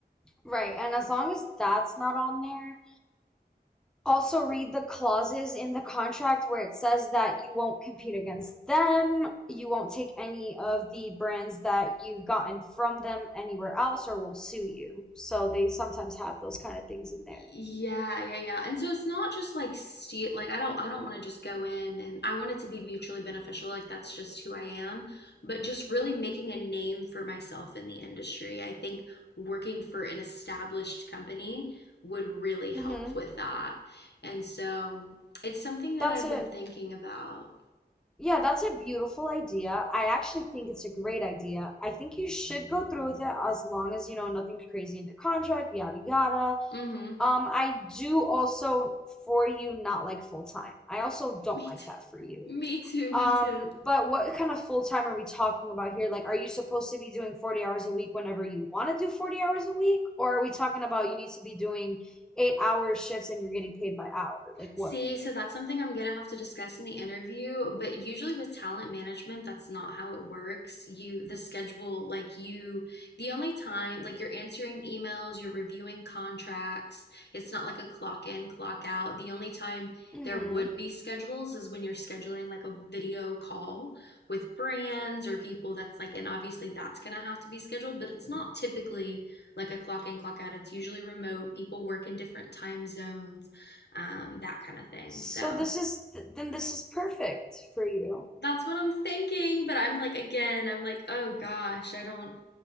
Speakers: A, in the centre; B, on the left (about 80°).
A: right. And as long as that's not on there, also read the clauses in the contract where it says that you won't compete against them, you won't take any of the brands that you've gotten from them anywhere else, or will sue you. So they sometimes have those kind of things in there.
B: Yeah, yeah, yeah. And so it's not just like steal like I don't I don't want to just go in and I want it to be mutually beneficial. Like that's just who I am, but just really making a name for myself in the industry. I think working for an established company would really help
A: hmm
B: with that. And so it's something that
A: That's
B: I've
A: it.
B: been thinking about.
A: Yeah, that's a beautiful idea. I actually think it's a great idea. I think you should go through with it as long as, you know, nothing's crazy in the contract, yada yada.
B: Mhm.
A: Um, I do also for you not like full time. I also don't
B: <laughs> Me
A: like
B: too.
A: that for you.
B: Me too.
A: Um,
B: Me too.
A: but what kind of full time are we talking about here? Like, are you supposed to be doing 40 hours a week whenever you want to do 40 hours a week? Or are we talking about you need to be doing eight hour shifts and you're getting paid by hour? Like,
B: See,
A: what?
B: so that's something I'm gonna have to discuss in the interview, but usually with talent management, that's not how it works. You, the schedule, like you, the only time, like you're answering emails, you're reviewing contracts, it's not like a clock in, clock out. The only time
A: hmm
B: there would be schedules is when you're scheduling like a video call with brands or people that's like, and obviously that's gonna have to be scheduled, but it's not typically like a clock in, clock out. It's usually remote. People work in different time zones um, that kind of thing.
A: So
B: So
A: this is th- then this is perfect for you.
B: that's what I'm thinking. But I'm like, again, I'm like, oh gosh, I don't